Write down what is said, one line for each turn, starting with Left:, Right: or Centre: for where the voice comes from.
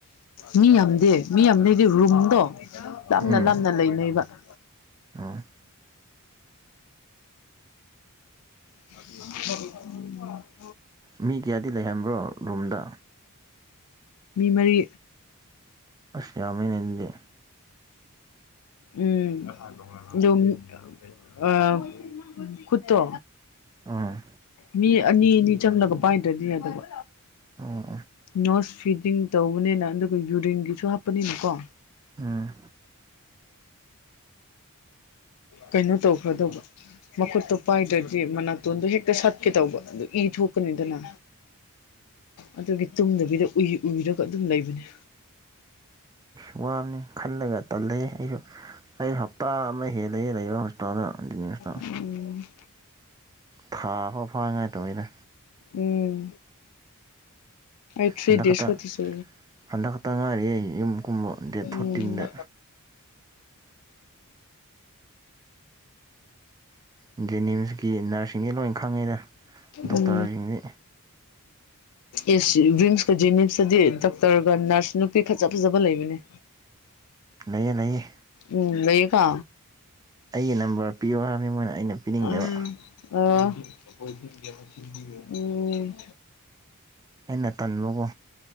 Left: ꯃꯤ ꯌꯥꯝꯗꯦ ꯃꯤ ꯌꯥꯝꯗꯦꯗꯤ ꯔꯨꯝꯗꯣ ꯂꯥꯞꯅ
Right: ꯎꯝ
Left: ꯂꯥꯞꯅ ꯂꯩꯅꯩꯕ <inaudible>
Right: ꯑꯣ
Left: <inaudible>
Right: ꯃꯤ ꯀꯌꯥꯗꯤ ꯂꯩꯍꯟꯕ꯭ꯔꯣ ꯔꯨꯝꯗ
Left: ꯃꯤ ꯃꯔꯤ
Right: ꯑꯁ ꯌꯥꯝꯃꯦꯅꯦ ꯑꯗꯨꯗꯤ
Left: ꯎꯝ ꯗꯨꯝ ꯑꯥ ꯇꯨꯠꯇꯣ
Right: ꯎꯝ
Left: ꯃꯤ ꯑꯅꯤ ꯑꯅꯤ ꯆꯪꯂꯒ ꯄꯥꯏꯗ꯭ꯔꯗꯤ ꯌꯥꯗꯕ
Right: ꯎꯝ ꯎꯝ
Left: ꯅꯣꯁ ꯐꯤꯗꯤꯡ ꯇꯧꯕꯅꯤꯅ ꯑꯗꯨꯒ ꯌꯨꯔꯤꯟꯒꯤꯁꯨ ꯍꯥꯞꯄꯅꯤꯅꯀꯣ
Right: ꯎꯝ
Left: ꯀꯩꯅꯣ ꯇꯧꯈ꯭ꯔꯗꯧꯕ ꯃꯈꯨꯠ ꯇꯣ ꯄꯥꯏꯗꯔꯗꯤ ꯃꯅꯥꯇꯣꯟꯗꯣ ꯍꯦꯛꯇ ꯁꯠꯀꯦ ꯇꯧꯕꯧ ꯑꯗꯨ ꯏ ꯊꯣꯀꯅꯤꯗꯅ ꯑꯗꯨꯒꯤ ꯇꯨꯝꯗꯕꯤꯗ ꯎꯏ ꯎꯏꯔꯒ ꯑꯗꯨꯝ ꯂꯩꯕꯅꯦ
Right: ꯋꯥ ꯈꯜꯂꯒ ꯇꯜꯂꯦ ꯑꯩꯁꯨ ꯑꯩꯁꯨ ꯍꯞꯇꯥ ꯑꯃ ꯍꯦꯜꯂꯦ ꯂꯩꯕ ꯍꯣꯁꯄꯤꯇꯥꯜꯗ ꯖꯦꯅꯤꯝꯁꯇ
Left: ꯎꯝ
Right: ꯊꯥ ꯑꯃ ꯐꯥꯅꯉꯥꯏ ꯇꯧꯋꯤꯗ
Left: ꯎꯝ ꯑꯩ ꯊ꯭ꯔꯤ
Right: ꯍꯟꯗꯛ
Left: ꯗꯦꯁ
Right: ꯈꯛꯇ
Left: ꯀꯇꯁꯨ
Right: ꯍꯟꯗꯛ ꯈꯛꯇ ꯉꯥꯏꯔꯤ ꯑꯩ ꯌꯨꯝ ꯀꯨꯝꯕ ꯗꯦꯠ
Left: ꯎꯝ
Right: ꯐꯣꯔꯇꯤꯟꯗ
Left: <inaudible>
Right: ꯖꯦꯅꯤꯝꯁꯀꯤ ꯅꯔꯁꯁꯤꯡꯗꯤ ꯂꯣꯏ ꯈꯪꯉꯦꯗ ꯗꯣꯛꯇꯔꯁꯤꯡꯗꯤ
Left: ꯎꯝ ꯏꯁ ꯔꯤꯝꯁꯀ ꯖꯦꯅꯤꯝꯁꯇꯗꯤ ꯗꯣꯛꯇꯔꯒ ꯅꯔꯁ ꯅꯨꯄꯤ ꯐꯖ ꯐꯖꯕ ꯂꯩꯕꯅꯦ
Right: ꯂꯩꯌꯦ ꯂꯩꯌꯦ
Left: ꯎꯝ ꯂꯩꯌꯦꯀꯣ
Right: ꯑꯩꯒꯤ ꯅꯝꯕꯔ ꯄꯤꯌꯣ ꯍꯥꯏꯕꯅꯤ ꯃꯣꯏꯅ ꯑꯩꯅ ꯄꯤꯅꯤꯡꯗꯕ
Left: ꯎꯝ ꯑꯥ ꯎꯝ
Right: ꯑꯩꯅ ꯇꯟꯕꯀꯣ